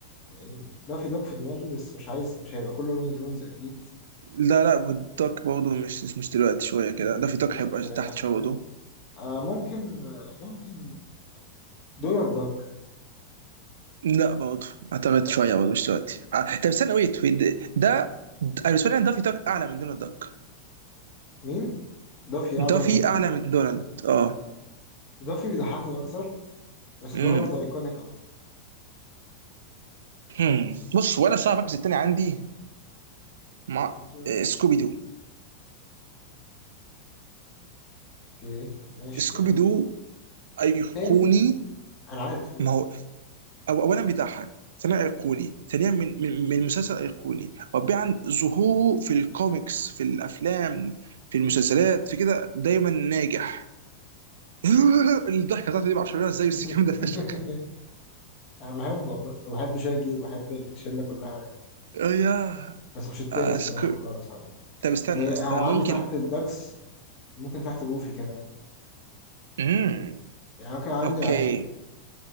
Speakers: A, on the left (about 35°); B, on the right (about 60°).
A: يعني ده في دوك في دماغي بس مش عايز مش هيبقى كله لوني تونز اكيد
B: لا لا والدوك برضه مش مش دلوقتي شوية كده
A: مم،
B: ده في دوك
A: لسه
B: هيبقى
A: شويه
B: تحت
A: تحت
B: شوية
A: شويه
B: برضه
A: آه ممكن آه، ممكن دونالد داك
B: لا برضه أعتقد
A: لا
B: شوية برضه مش دلوقتي آه، طب استنى ويت ويت ده ده- أنا بالنسبة لي أنا دافي دوك أعلى من دونالد دوك
A: مين دافي اعلى
B: دافي
A: من دونالد
B: أعلى من دونالد أه
A: دافي بيضحكني اكتر بس
B: امم
A: دونالد ايكونيك اكتر
B: هم. بص وأنا الصراحة المركز التاني عندي مع
A: ميكي ماوس
B: آه، سكوبي دو
A: اوكي ماشي
B: سكوبي
A: يعني
B: دو أيقوني
A: التاني انا عارف كده
B: ما
A: كده
B: هو أو اولا بيضحك ثانيا ايقوني ثانيا من من من مسلسل ايقوني رابعا ظهوره في الكوميكس في الافلام في المسلسلات في كده دايما ناجح <laughs> الضحكه بتاعته دي ما اعرفش اعملها ازاي بس
A: <laughs>
B: الكلام ده فشخ
A: انا بحبه عامة وبحب شاجي وبحب الشلة كلها يعني
B: آه يا
A: بس مش التاني
B: اسكت
A: الصراحة خالص عندي
B: طب استنى
A: يعني
B: استنى
A: هو عندي
B: ممكن
A: تحت الدكس ممكن تحت جوفي كمان
B: امم
A: يعني أنا كان عندي
B: اوكي
A: العاشر بقى